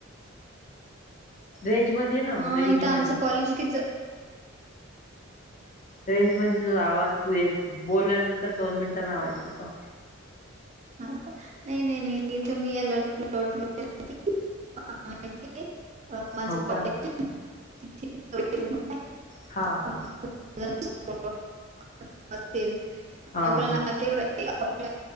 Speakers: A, on the left; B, on the right.
A: रेंजमध्ये ये ना,
B: ह
A: रेंज
B: इथं, आमचं
A: मध्ये
B: कॉलेज इथेच
A: रेंजमध्ये तुझा आवाज तू एक बोलल्यानंतर दोन मिनिटांनी आवाज येतो.
B: <unintelligible> <unintelligible>
A: हो का? हा हा,
B: <unintelligible>
A: हा हा.